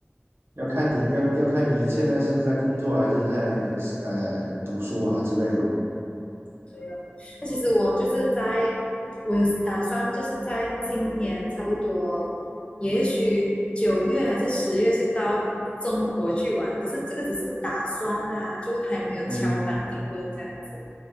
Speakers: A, on the right (about 70°); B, on the left (about 25°).
A: 要看你要要看你现在是在工作还是在呃读书啊之类的。
B: 对哦，那其实我就是在，我有打算就是在今年差不多，也许九月还是十月就到中国去玩，可是这个只是打算啦，就还没有敲板定论这样子。
A: 嗯